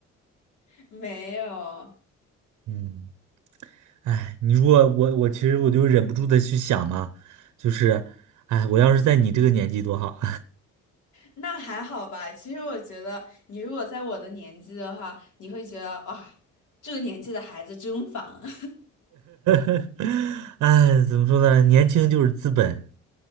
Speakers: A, on the left; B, on the right.
A: <laughs> 没有，
B: 嗯。哎，你如果我我其实我就忍不住的去想嘛，就是，哎，我要是在你这个年纪多好。
A: 那还好吧。其实我觉得，你如果在我的年纪的话，你会觉得哇，这个年纪的孩子真烦。<laughs>
B: <laughs> 哎，怎么说呢？年轻就是资本，